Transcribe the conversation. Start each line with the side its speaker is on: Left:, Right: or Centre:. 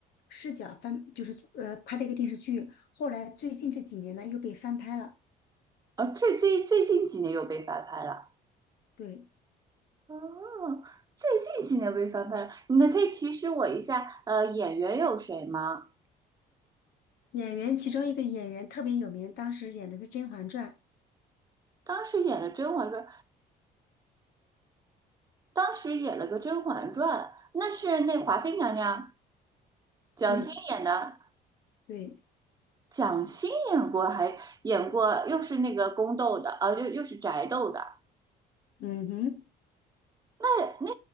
Left: 视角翻，就是呃拍的一个电视剧。后来最近这几年呢又被翻拍了。
Right: 啊，最最最近几年又被翻拍了。
Left: 对，
Right: 哦，最近几年被翻拍了，你能可以提示我一下，呃，演员有谁吗？
Left: 演员其中一个演员特别有名，当时演的是《甄嬛传》。
Right: 当时演了《甄嬛传》，当时演了个《甄嬛传》，那是那华妃娘娘蒋欣演的，
Left: 对对，
Right: 蒋欣演过，还演过，又是那个宫斗的，啊，又又是宅斗的。
Left: 嗯哼，
Right: 那那